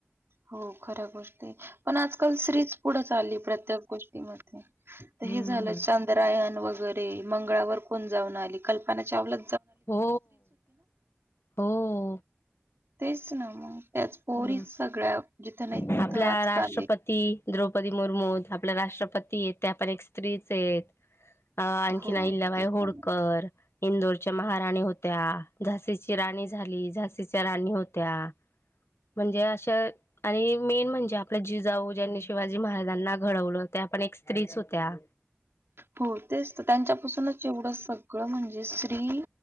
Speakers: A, on the right; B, on the left.
A: हो खऱ्या गोष्टी, पण आजकाल स्त्रिच पुढं चालली प्रत्येक गोष्टीमध्ये. तर हे
B: हम्म,
A: झालं चांंद्रायन वगैरे मंगळावर कोण जाऊन आली कल्पना चावला.
B: हो हो.
A: तेच ना मग, त्याच पोरी
B: हम्म.
A: सगळ्या जिथं नाही
B: आपल्या
A: तिथं आजकाल
B: राष्ट्रपती
A: ये.
B: द्रौपदी मुर्मू आपल्या राष्ट्रपती आहेत. त्या पण एक स्त्रीच आहेत. अ आणखीन
A: हो.
B: अहिल्याबाई
A: तेच
B: होडकर.
A: ना.
B: इंदोरच्या महाराणी होत्या. झाशीची राणी झाली झाशीच्या राणी होत्या. म्हणजे अशा. आणि मेन म्हणजे, आपलं जिजाऊ ज्यांनी शिवाजी महाराजांना घडवलं त्या आपण एक स्त्रीच होत्या.
A: हो तेच तर त्यांच्यापासूनच एवढं, सगळं म्हणजे स्त्री